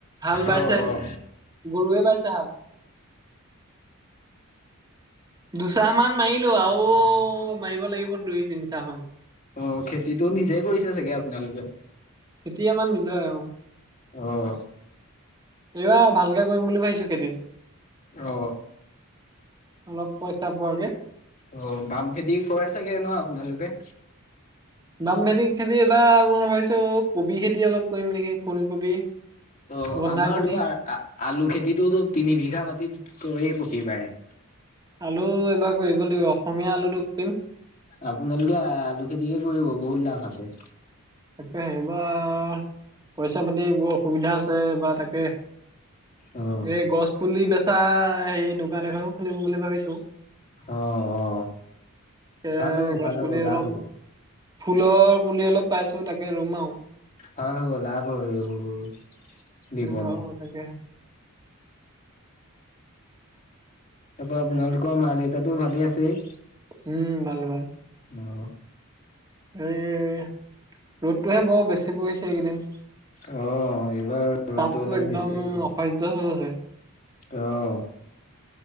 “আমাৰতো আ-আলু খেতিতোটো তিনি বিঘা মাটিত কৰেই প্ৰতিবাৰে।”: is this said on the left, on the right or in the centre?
Left